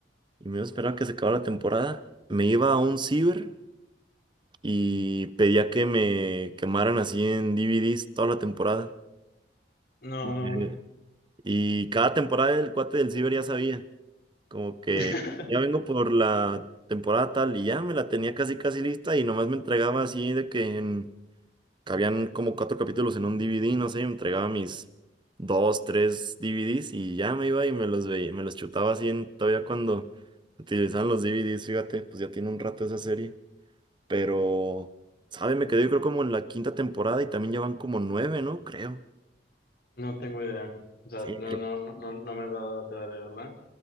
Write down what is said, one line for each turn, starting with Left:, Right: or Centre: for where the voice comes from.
Right: Y me iba a esperar que se acabara la temporada. Me iba a un ciber y pedía que me quemaran así en DVDs toda la temporada.
Left: No,
Right: Y, me-
Left: no,
Right: y cada temporada el cuate del ciber ya sabía. Como que
Left: <laughs>
Right: ya vengo por la temporada tal y ya me la tenía casi casi lista y nomás me entregaba así de que en Cabían como cuatro capítulos en un DVD, no sé, entregaba mis dos, tres DVDs y ya me iba y me los veía, me los chutaba así en- todavía cuando utilizaban los DVDs, fíjate, pues ya tiene un rato esa serie, pero, ¿sabe? Me quedé yo creo como en la quinta temporada y también ya van como nueve, ¿no? Creo.
Left: no tengo idea. O sea,
Right: Sí,
Left: no,
Right: creo,
Left: no, no, no no me he dado la tarea de verla.